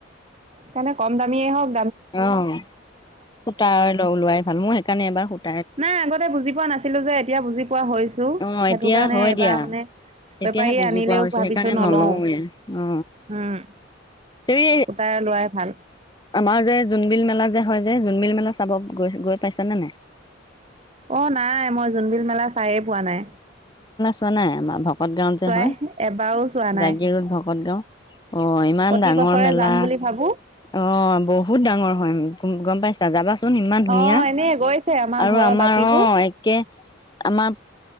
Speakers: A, on the right; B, on the left.
A: সেইকাৰণে কম দামীয়ে হওঁক
B: অঁ, সূতাৰ লগ লোৱাই ভাল, মোৰ সেইকাৰণে এবাৰ সূতা
A: নাই আগতে বুজি পোৱা নাছিলো যে এতিয়া বুজি পোৱা হৈছো
B: অ
A: সেইটো
B: এতিয়া
A: কাৰণে
B: হয়
A: এবাৰ
B: দিয়া
A: মানে বেপাৰীয়ে
B: এতিয়াহে বুজি
A: আনিলেও
B: পোৱা হৈছো
A: ভাবিছো
B: সেইকাৰণে
A: নলও,
B: নলওৱে অ
A: উম
B: সেই
A: সূতাই লোৱাই ভাল।
B: আমাৰ যে জোনবিল মেলা যে হয় যে জোনবিল মেলা চাব গৈ গৈ পাইছ নে নাই।
A: অঁ নাই মই জোনবিল মেলা চায়ে পোৱা নাই।
B: <unintelligible> নাই আমাৰ ভক্ ভকত গাঁও যে
A: চোৱাই
B: হয়,
A: এবাৰো চোৱা
B: জাগি
A: নাই
B: ৰোদ ভকত গাঁও, অঁ ইমান
A: প্ৰতি
B: ডাঙৰ
A: বছৰে
B: মেলা,
A: যাম বুলি ভাবো
B: অঁ বহুত ডাঙৰ হয়। উম গম পাইছা যাবা চোন চোন ইমান ধুনীয়া
A: অ এনে গৈছে
B: আৰু
A: ঘৰৰ
B: আমাৰ
A: বাকীবোৰ
B: অঁ, একে আমাৰ